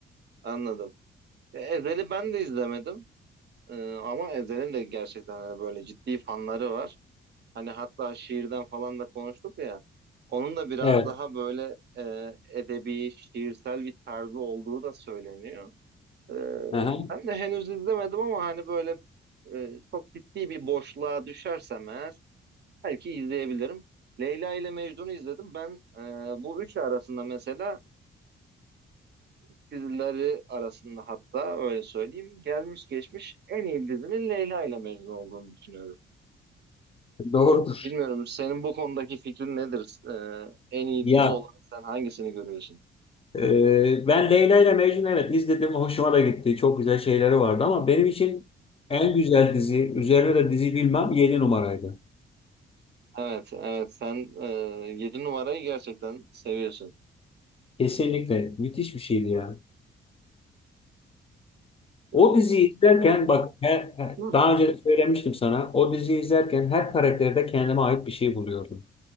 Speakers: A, on the right; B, on the left.
A: anladım. E, Ezel'i ben de izlemedim. E, ama Ezel'in de gerçekten hani böyle ciddi fanları var. Hani hatta şiirden falan da konuştuk ya. Onun da biraz
B: Evet.
A: daha böyle e, edebi, şiirsel bir tarzı olduğu da söyleniyor. Ee,
B: Aha.
A: ben de henüz izlemedim ama hani böyle e, çok ciddi bir boşluğa düşersem eğer belki izleyebilirim. Leyla ile Mecnun'u izledim. Ben e, bu üçü arasında mesela dizileri arasında hatta öyle söyleyeyim gelmiş geçmiş en iyi dizinin Leyla ile Mecnun olduğunu düşünüyorum.
B: Doğrudur.
A: Bilmiyorum senin bu konudaki fikrin nedir? Ee, en iyi
B: Ya
A: dizi olarak sen hangisini görüyorsun?
B: e, ben Leyla ile Mecnun evet izledim, hoşuma da gitti. Çok güzel şeyleri vardı ama benim için en güzel dizi, üzerine de dizi bilmem 7 numaraydı.
A: Evet, evet sen e, 7 numarayı gerçekten seviyorsun.
B: Kesinlikle müthiş bir şeydi ya.
A: Bu,
B: O diziyi izlerken
A: e,
B: bak her, her-
A: <clears throat>
B: daha önce de söylemiştim sana. O diziyi izlerken her karakterde kendime ait bir şey buluyordum.